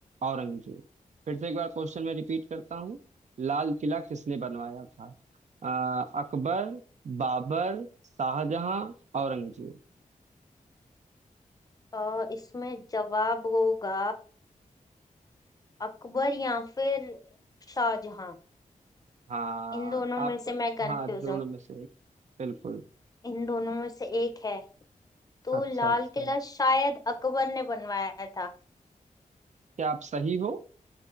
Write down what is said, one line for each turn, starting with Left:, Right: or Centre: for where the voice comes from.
Right: औरंगजेब फिर से एक बार क्वेश्चन में रिपीट करता हूँ लाल किला किसने बनवाया था अ, अकबर बाबर शाहजहां औरंगजेब
Left: अ, इसमें जवाब होगा अकबर या फिर शाहजहां
Right: हाँ
Left: इन दोनों
Right: आप
Left: में से मैं कंफ्यूज
Right: हाँ दोनों
Left: हूँ
Right: में से एक। बिल्कुल
Left: इन दोनों में से एक है तो
Right: अच्छा
Left: लाल
Right: अच्छा
Left: किला शायद अकबर ने बनवाया था
Right: क्या आप सही हो